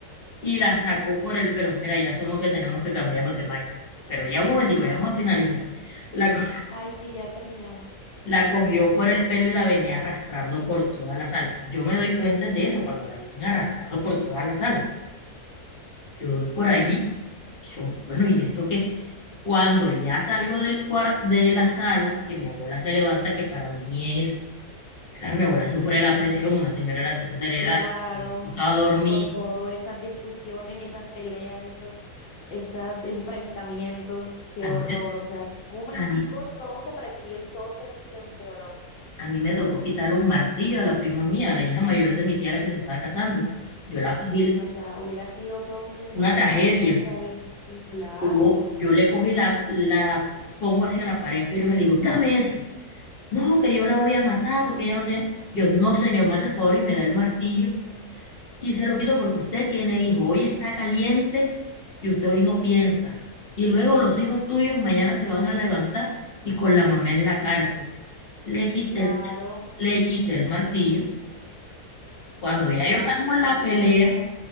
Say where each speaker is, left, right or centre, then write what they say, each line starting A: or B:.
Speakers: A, on the left (about 45°); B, on the left (about 75°).
A: y la sacó por el pelo. Mira, ya son los que tenemos que cambiarnos de máquina. Pero ya un momentico, ya vamos a finalizar. La, co-
B: ay, sí, ya terminamos.
A: la cogió por el pelo y la venía arrastrando por toda la sala. Yo me doy cuenta de eso cuando la vienen arrastrando por toda la sala. Yo por ahí, yo, bueno, ¿y esto qué? Cuando ya salgo del cuarto de la sala, que mi abuela se levanta, que para mí es Claro, mi abuela sufre de la presión, una señora de la tercera edad,
B: Claro,
A: le gustaba dormir.
B: con todas esas discusiones, esas peleas, esos, esos enfrentamientos, qué
A: A mí,
B: horror.
A: me-
B: O sea, en un momentico
A: a,
B: todo se prendió y todo se, se empeoró.
A: a mí me tocó quitarle un martillo a la prima mía, a la hija mayor de mi tía, la que se estaba casando.
B: Dios
A: Yo la cogí,
B: mío, o sea, hubiera sido todo un de-
A: una
B: una
A: tragedia.
B: desgracia ahí. Sí, claro.
A: Yo, yo le cogí la, la pongo hacia la pared firme, le digo, dame eso. No, que yo la voy a matar porque ella no tiene. Yo, no, señor, me hace el favor y me da el martillo y se lo quito porque usted tiene hijos. Hoy está caliente y usted hoy no piensa. Y luego los hijos tuyos mañana se van a levantar y con la mamá en la cárcel. Le quité,
B: Claro,
A: le quité el martillo. Cuando ya
B: wow,
A: yo calmo
B: pero es
A: la
B: que tu
A: pelea,
B: familia,